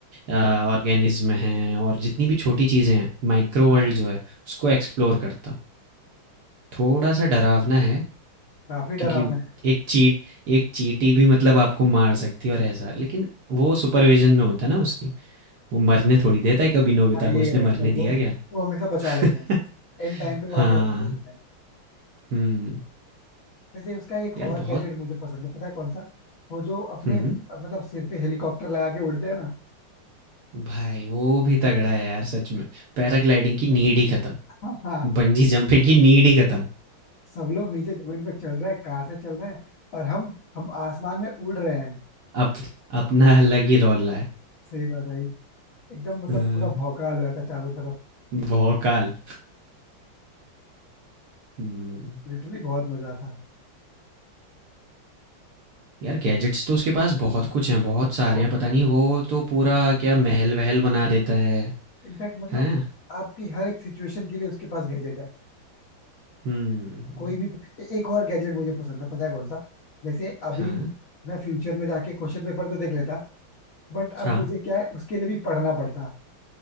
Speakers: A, on the right; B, on the left.
A: ऑर्गेनिज्म हैं और जितनी भी छोटी चीज़ें हैं माइक्रो
B: हाँ
A: वर्ल्ड जो है उसको एक्सप्लोर करता थोड़ा सा डरावना है
B: काफी डरावना
A: क्योंकि
B: है
A: एक चीट एक चींटी भी मतलब आपको मार सकती है और ऐसा लेकिन वो सुपरविजन में होता है ना उसकी वो मरने थोड़ी देता है कभी नोबिता
B: हाँ ये
A: को उसने
B: है
A: मरने
B: बट
A: दिया
B: वो
A: क्या
B: वो हमेशा बचा लेते
A: <laughs>
B: हैं एंड टाइम पे वो
A: हाँ
B: आके बचा ही लेता है
A: हम्म
B: वैसे उसका एक
A: यार
B: और
A: बहुत
B: गैजेट मुझे पसंद है पता है कौन सा वो जो अपने
A: हम्म
B: मतलब सिर पे हेलीकॉप्टर लगा के उड़ते हैं ना
A: भाई वो भी तगड़ा है यार सच में पैराग्लाइडिंग की नीड ही खत्म
B: हाँ हाँ
A: बंजी जंपिंग की नीड ही खत्म
B: सब लोग नीचे जमीन पे चल रहे हैं कार से चल रहे हैं और हम हम आसमान में उड़ रहे हैं
A: अप, अपना अलग ही रोला है
B: सही बात है एकदम मतलब
A: हाँ,
B: पूरा भौकाल हो जाता चारों तरफ
A: भौकाल हम्म,
B: लिटरली बहुत मजा आता है
A: यार गैजेट्स तो उसके पास बहुत कुछ हैं बहुत सारे
B: बहुत
A: हैं पता
B: ही सही।
A: नहीं वो तो पूरा क्या महल वहल बना देता है
B: इनफैक्ट मतलब
A: हैं
B: आपकी हर एक सिचुएशन के लिए उसके पास गैजेट है
A: हम्म
B: कोई भी ए- एक और गैजेट मुझे पसंद है पता है कौन सा जैसे अभी
A: हाँ
B: मैं फ्यूचर में जाके क्वेश्चन पेपर तो देख लेता बट अब
A: हाँ
B: मुझे क्या है उसके लिए भी पढ़ना पड़ता